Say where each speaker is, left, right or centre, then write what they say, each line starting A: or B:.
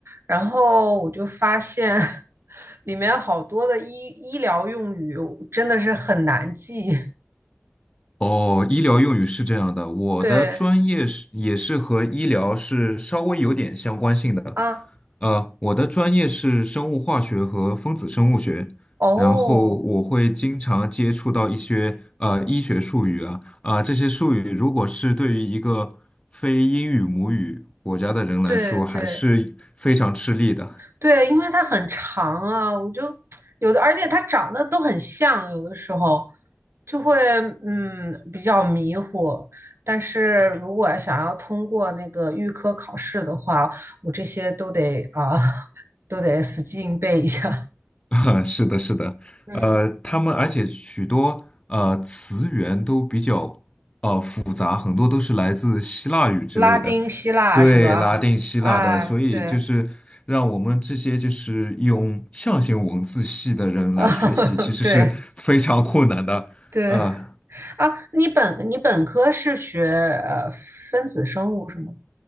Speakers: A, on the right; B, on the left.
A: 然后我就发现 <laughs> 里面好多的医医疗用语真的是很难记。
B: 哦，医疗用语是这样的，我的专业是也是和医疗是稍微有点相关性的。
A: <laughs> 对啊，
B: 呃，我的专业是生物化学和分子生物学，
A: 哦，
B: 然后我会经常接触到一些呃医学术语啊，啊、这些术语如果是对于一个非英语母语国家的人来说，
A: 对对，
B: 还是非常吃力的。
A: 对，因为它很长啊，我就有的，而且它长得都很像，有的时候就会嗯比较迷糊。但是如果想要通过那个预科考试的话，我这些都得啊，<laughs> 都得死记硬背一下。
B: <laughs> 是的，是的，
A: 嗯，
B: 呃，他们而且许多呃词源都比较。复杂，很多都是来自希腊语之类的，
A: <laughs> 拉丁希腊是吧？
B: 对，拉丁希腊的，
A: 啊，
B: 所以就是让我们这些就是用象形文字系的人来学习，
A: 对，<laughs> 啊，
B: 其实是非常困难的。
A: 对对
B: 呃
A: 啊，你本你本科是学呃分子生物是吗？